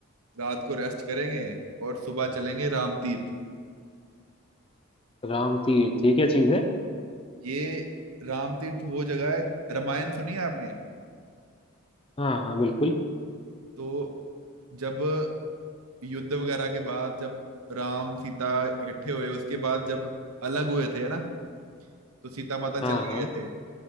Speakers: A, on the right (about 80°); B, on the left (about 25°).
A: रात को रेस्ट करेंगे और सुबह चलेंगे राम तीर्थ
B: राम तीर्थ ये क्या चीज है
A: ये राम तीर्थ वो जगह है रामायण सुनी है आपने
B: हाँ हाँ बिल्कुल
A: तो जब युद्ध वगैरह के बाद जब राम सीता इकट्ठे हुए उसके बाद जब अलग हुए थे ना तो सीता माता चले
B: हाँ हाँ
A: गए थे